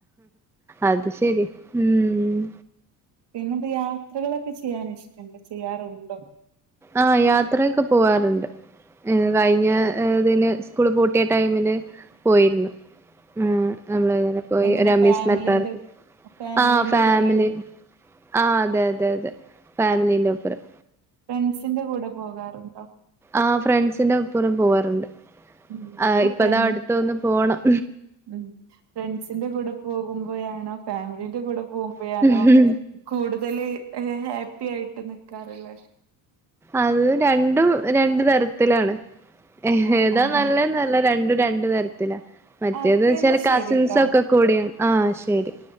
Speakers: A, in the centre; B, on the right.
A: അത് ശരി ഉം
B: പിന്നെന്ത് യാത്രകളൊക്കെ ചെയ്യാൻ ഇഷ്ടണ്ടോ? ചെയ്യാറുണ്ടോ?
A: ആഹ് യാത്രയൊക്കെ പോവാറുണ്ട് ഞങ്ങള് കഴിഞ്ഞതിന് സ്കൂള് പൂട്ടിയ ടൈമിന് പോയിരുന്നു ആഹ് നമ്മളങ്ങനെ പോയി
B: എങ്ങനെ
A: ഒരു അമ്യൂസ്മെന്റ്
B: ഫാമിലിന്റെ
A: പാർക്ക്
B: ഫാമിലിന്റെ
A: ആ ഫാമിലി
B: കൂടെയാണ്
A: ആഹ് അതെ അതെ അതെ ഫാമിലീന്റെ ഒപ്പരം
B: ഫ്രണ്ട്സിന്റെ കൂടെ പോകാറുണ്ടോ
A: ആ ഫ്രണ്ട്സിന്റെ ഒപ്പരും പോവാറുണ്ട്
B: ഉം
A: ആ
B: അപ്പൊ
A: ഇപ്പതാ
B: ഫ്രണ്ട്
A: അടുത്തൊന്ന് പോണം
B: ഉം ഫ്രണ്ട്സിന്റെ കൂടെ പോകുമ്പഴാണോ ഫാമിലിന്റെ കൂടെ പോകുമ്പോ
A: ആഹ്
B: ആണോ കൂടുതൽ ഹാപ്പി ആയിട്ട് ന നിക്കാറിള്ളത്
A: അത് രണ്ടും രണ്ടു തരത്തിലാണ്
B: ആഹ്
A: ഏതാ
B: ആഹ്
A: നല്ല രണ്ടും രണ്ട് തരത്തില മറ്റേന്ന്
B: ആ ഓക്കെ
A: വച്ചാല്
B: എന്നാ ശരിട്ടോ
A: കസിൻസൊക്കെ കൂടിയാണ് ആഹ് ശരി